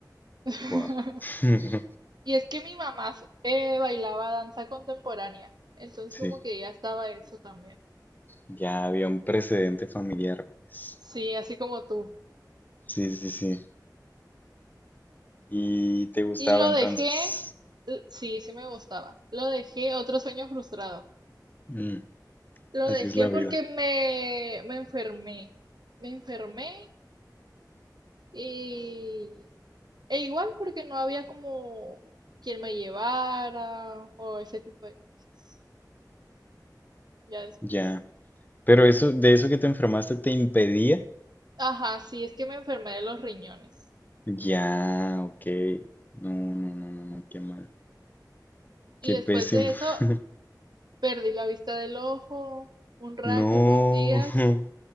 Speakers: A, on the right; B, on the left.
A: <laughs>
B: Wow. <laughs>
A: Y es que mi mamá eh, bailaba danza contemporánea, entonces
B: Sí,
A: como que ya estaba eso también.
B: ya había un precedente familiar, pues.
A: Sí, así como tú.
B: Sí, sí, sí. ¿Y te gustaba
A: Y lo
B: entonces?
A: dejé, l- sí, sí me gustaba. Lo dejé, otro sueño frustrado.
B: Mm,
A: Lo
B: así
A: dejé
B: es la vida.
A: porque me, me enfermé. Me enfermé y e igual porque no había como quien me llevara o ese tipo de cosas. Ya después.
B: Ya. Pero eso, de eso que te enfermaste te impedía.
A: Ajá, sí, es que me enfermé de los riñones.
B: Ya, ok. No, no, no, no, no, qué mal.
A: Y
B: Qué
A: después
B: pésimo.
A: de eso
B: <laughs>
A: perdí la vista del ojo un rato,
B: No.
A: unos días
B: <laughs>